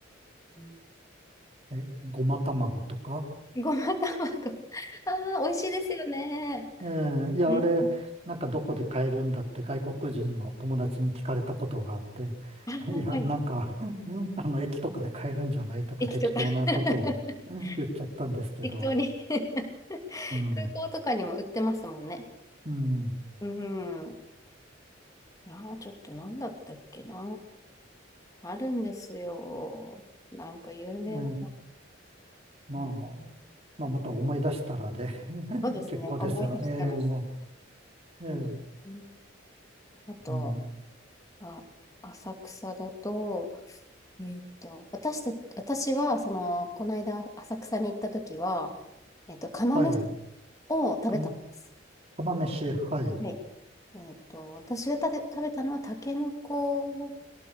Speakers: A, on the left (about 15°); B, on the right (about 30°).
A: うん、
B: え、え、ごま卵とか。
A: ごま卵。<laughs> ああ、美味しいですよね。
B: ええ、いや、
A: うん。
B: あれ、なんかどこで買えるんだって外国人の友達に聞かれたことがあって、
A: あー、
B: <laughs> いや、
A: はい。
B: なんか、<laughs> あの、駅とかで買えるんじゃないとか適当なことをね言っちゃったんですけど、
A: 駅とか <laughs> 適当に <laughs> 空
B: うん、
A: 港とかにも売ってますもんね。
B: うん、
A: うん。ああ、ちょっと何だったっけな。あるんですよ。なんか有名な。
B: ええ、まあ、
A: うん
B: まあ、また思い出したらで <laughs>
A: そうですね。
B: 結構ですよ。
A: 思い出したら。
B: ええ、
A: うん。
B: ええ、
A: うんあと、
B: うん、
A: あ、浅草だと、えーっと、私た、私は、その、この間、浅草に行った時は、えーっと、釜飯
B: はい、
A: を食べたんです。
B: か、釜飯、はい、
A: はい。えーっと、私がたけ食べたのは、タケノコ